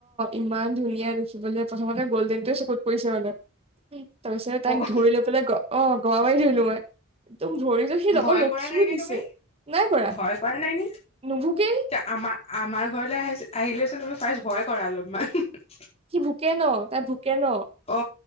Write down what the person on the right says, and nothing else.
ইমান ধুনীয়া দিখি বোলে প্ৰথমতে গ'ল্ডেন তোৱে চকুত পৰিছে মানে তাৰপিছতে তাক
ধৰি লৈ পেলাই অ', গমাব পাৰি ধৰিলো মই একদম ধৰি লৈ সি লগত
ৰখিও
দিছে।
নাই কৰা
নুভোকেই।
সি ভোকে ন তাই ভোকে ন